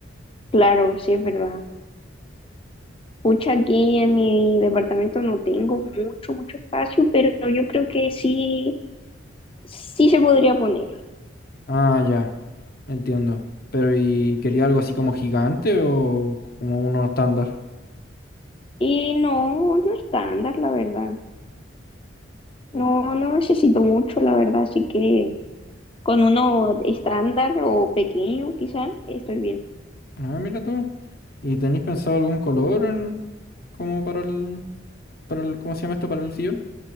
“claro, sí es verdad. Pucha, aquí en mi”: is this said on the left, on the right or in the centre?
Left